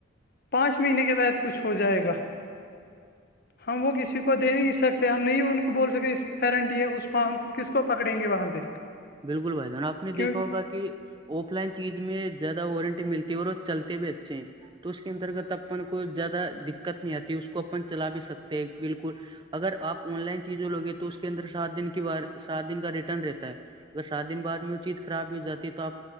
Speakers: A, on the left; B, on the right.
A: پانچ مہینے کے بعد کچھ ہو جائے گا
B: <inaudible>
A: ہم وہ کسی کو دے نہیں سکتے ہم نہیں ان کو بول سکتے اس میں گارنٹی ہے اس کو ہم کس کو پکڑیں گے وہاں پہ
B: بالکل بھائی جان آپ نے
A: کیوں
B: دیکھا ہوگا کہ آف لائن چیز میں زیادہ وارنٹی ملتی ہے اور چلتے بھی اچھے ہیں تو اس کے انترگت اپن کوئی زیادہ دقت نہیں آتی اس کو اپن چلا بھی سکتے ہیں بالکل اگر آپ آن لائن چیزوں لوگے تو اس کے اندر سات دن کی سات دن کا ریٹرن رہتا ہے اگر سات دن بعد میں وہ چیز خرابی ہو جاتی ہے تو آپ